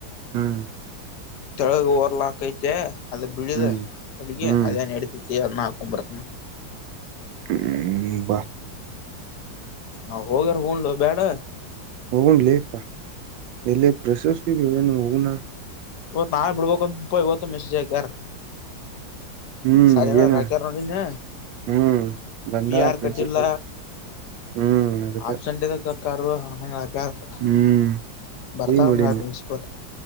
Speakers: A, on the right; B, on the left.
A: ಹ್ಮ್
B: ತಳಗ ರ್ಲ ಹಾಕೈತೆ ಅದ ಬಿಳಿದೆ
A: ಹ್ಮ್
B: ಅಲ್ಲಿಗೆ
A: ಹ್ಮ್
B: ಅದೇನ್ ನಡಿತೈತಿ. ನ್ನ ಆಕಂಬರನ.
A: ಹ್ಮ್ ಬಾ
B: ನಾ ಹೋಗ್ಯಾರ ಹೂಂಡು ಬೇಡ.
A: ಹ ಲೇ ಪಾ ಎಲೆ ಪ್ರಶಸ್ತಿ ಪನು ಹ.
B: ಇವತ್ ನಾವೇ ಬಿಡ್ಬೇಕು ಅಂತ ಪ ಇವತ್ತು ಮೆಸೇಜ್ ಆಕ್ಯಾರ್.
A: ಹ್ಮ್
B: ಸರಿನೋ
A: ಏನ
B: ರಾಕ್ಯಾರ ನೋಡ್ ನೆನ್ನ.
A: ಹ್ಮ್ ಬಂದ
B: ಪಿ ಯಾರ
A: ಪ್ರಿನ್ಸಿಪಲ್
B: ಕಟ್ಟಿಲ್ಲ
A: ಹ್ಮ್ ಅದಕ್ಕ
B: ಆಪ್ಸಂಟ್ ಕಕ್ಕ ಹ. ರ
A: ಹ್ಮ್
B: ಬರ್ತಾರ
A: ಈಗ ನೋಡಿನ
B: ಪ್ರಿನ್ಸಿಪಲ್.